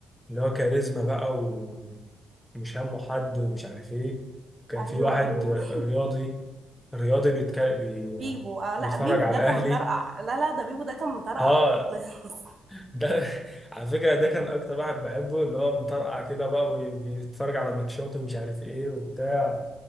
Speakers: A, in the centre; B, on the right.
A: اللي هو كاريزما بقى و- ومش همه حد ومش عارف ايه كان
B: ايوه
A: في واحد
B: ايوه
A: آه،
B: <laughs>
A: رياضي رياضي بيتك... بي...
B: بيبو آه لا
A: بيتفرج
B: بيبو
A: على
B: ده
A: الاهلي
B: كان مطرقع لا لا ده بيبو ده كان مطرقع
A: اه
B: خالص.
A: ده <laughs> على فكرة ده كان أكتر واحد بحبه اللي هو مطرقع كده بقى وبيتفرج على ماتشات ومش عارف إيه وبتاع